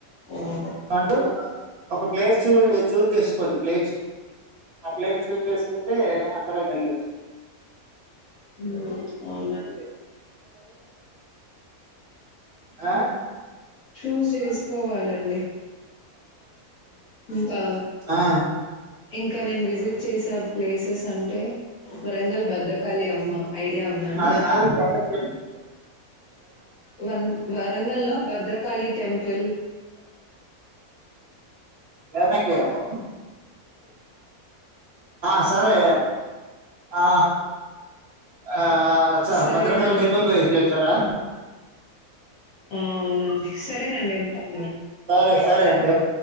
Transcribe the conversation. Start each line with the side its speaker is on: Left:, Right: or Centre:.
Left: అవును.
Right: అంటూ ఒక ప్లేస్ చూస్ చూస్ చేసుకోండి ప్లేస్ ఆ ప్లేస్ చూస్ చేసుకుంటే అందరం వెళ్ళొచ్చు
Left: హ్మ్. అవునండి.
Right: ఆ?
Left: చూస్ చేసుకోవాలండి ఇంకా
Right: ఆ,
Left: ఇంకా నేను విసిట్ చేసే ప్లేసెస్ అంటే వరంగల్ భద్రకాళి అమ్మ ఐడియా ఉందా అండి?
Right: ఆగండ్ ఆగండి అందరికి చెప్పి చూస్
Left: వన్ వరంగల్లో భద్రకాళి టెంపుల్
Right: ఏమన్నా చేయాలి? ఆ సరే ఆ ఆ అ
Left: సరేనండి.
Right: భద్రకాళి టెంపుల్ పోయి వచ్చారా
Left: అవునండి సరేనండి <unintelligible>
Right: సరే సరే అండి ఓకే